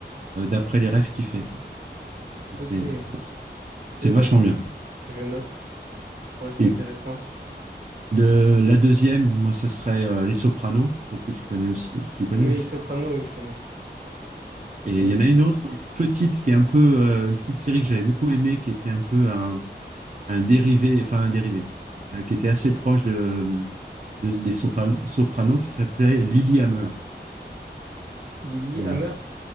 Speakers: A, on the right; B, on the right.
A: euh, d'après les rêves qu'il fait, quoi. Donc
B: Ok,
A: c'est c'est
B: Ok,
A: vachement
B: bah je,
A: bien.
B: je note. Ça pourrait être
A: Et
B: intéressant.
A: Le, la deuxième, moi, ça serait euh, Les Sopranos. Peut-être que tu connais aussi. Tu connais,
B: Oui,
A: je suppose.
B: Soprano, oui, je connais.
A: Et
B: Oui,
A: il
B: oui.
A: y en a une autre, une petite, qui est un peu euh, une petite série que j'avais beaucoup aimée, qui était un peu un, un dérivé, enfin un dérivé, euh, qui était assez proche de, de- des Sopran- Sopranos, qui s'appelait Lilyhammer.
B: Billy
A: Euh,
B: Hammer.